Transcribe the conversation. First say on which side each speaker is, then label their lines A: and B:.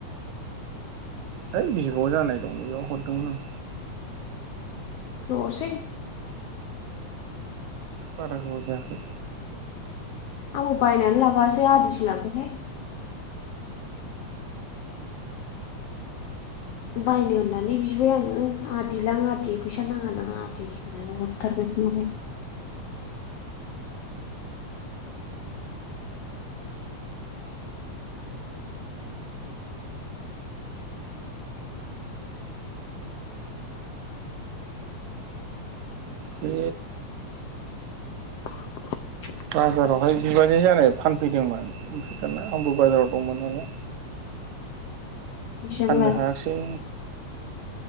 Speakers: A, on the right; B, on the left.
A: है बिब जानाय दंलै बेैयाव हरदोंमोन आं
B: गोबावसै
A: बारा गोबाव जायाखै
B: आंबो बायनानै लाबोआसै आदिसो लाबोबाय हाय बायनो होननानै बिबाय आङो आदिलां आदि फैसा नाङा नाङा आदि होननानै हरथारबाय
A: बे
B: <inaudible>
A: बाजारावहाय बिबाजै जानाय फानफैदोंमोन ओमफ्राय दाना आंबो बाजाराव दंमोन नालाय
B: बेसेबां
A: फाननो
B: लाया
A: हायाखैसै